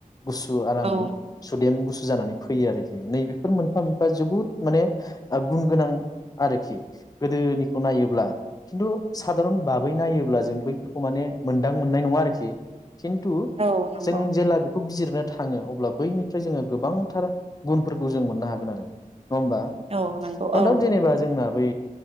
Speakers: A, on the left; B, on the right.
A: गुसु आरामै
B: औ
A: सुदेम गुसु जानानै फैयो आरोखि नैबेफोर मोनफा मोनफा जोबोद माने गुन गोनां आरोखि गोदोनिखौ नायोब्ला खिन्थु सादारन बाबै नायोब्ला जों बैफोरखौ माने मोनदां मोननाय नङा आरोखि। खिन्थु
B: औ नंगौ
A: जों जेला बे खौ बिजिरनो थाङो अब्ला बैनिफ्राय जोङो गोबांथार गुनफोरखौ जों मोननो हागोन आरो। नङा होमबा।
B: औ नंगौ
A: नडाउट
B: औ
A: जेनेबा जोंना बै